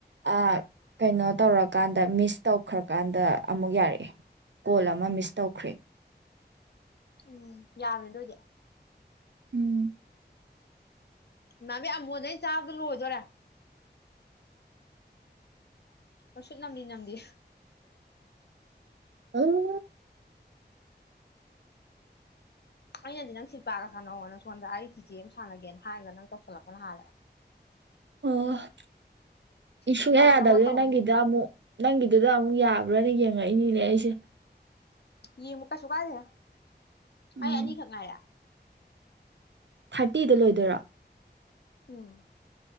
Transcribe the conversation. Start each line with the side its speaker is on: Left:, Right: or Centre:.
Right: ꯑꯥ ꯀꯩꯅꯣ ꯇꯧꯔꯀꯥꯟꯗ ꯃꯤꯁ ꯇꯧꯈ꯭ꯔꯀꯥꯟꯗ ꯑꯃꯨꯛ ꯌꯥꯔꯛꯑꯦ ꯀꯣꯜ ꯑꯃ ꯃꯤꯁ ꯇꯧꯈ꯭ꯔꯦ
Left: ꯎꯝ ꯌꯥꯕꯃꯦ ꯑꯗꯨꯏꯗꯤ
Right: ꯎꯝ
Left: ꯏꯃꯥꯅꯕꯤ ꯑꯃꯕꯣꯟꯁꯦ ꯑꯩꯅꯥ ꯆꯥꯕꯗ ꯂꯣꯏꯗꯣꯔꯦ ꯃꯩꯁꯨꯠ ꯅꯝꯂꯤ ꯅꯝꯂꯤ
Right: ꯑꯣ
Left: ꯑꯩꯅꯗꯤ ꯅꯪ ꯁꯤꯜꯄꯥꯒꯥ ꯁꯥꯅꯧꯑꯣꯅꯥ ꯁꯣꯟꯗ ꯑꯩ ꯆꯤꯆꯦ ꯑꯃ ꯁꯥꯟꯅꯒꯦꯅ ꯍꯥꯏꯔꯒ ꯅꯪ ꯇꯧꯁꯜꯂꯛꯄꯅ ꯍꯥꯏꯜꯂꯦ
Right: ꯑꯣ ꯁꯨꯡꯌꯥ
Left: ꯁꯤꯜꯄꯥꯅ
Right: ꯌꯥꯗꯕꯗꯒꯤ
Left: ꯅꯪꯉꯣꯟꯗ ꯇꯧꯅꯤꯅ
Right: ꯅꯪꯒꯤꯗ ꯑꯃꯨꯛ ꯅꯪꯒꯤꯗꯨ ꯑꯗꯨꯗ ꯑꯃꯨꯛ ꯌꯥꯕ꯭ꯔꯥꯅ ꯌꯦꯡꯉꯛꯏꯅꯤꯅꯦ ꯑꯩꯁꯦ
Left: ꯌꯦꯡꯕ ꯀꯩꯁꯨ ꯀꯥꯏꯗꯦꯍꯦ
Right: ꯎꯝ
Left: ꯑꯩ ꯑꯅꯤꯈꯛ ꯉꯥꯏꯔꯦ
Right: ꯊꯥꯔꯇꯤꯗ ꯂꯣꯏꯗꯣꯏꯔꯣ
Left: ꯎꯝ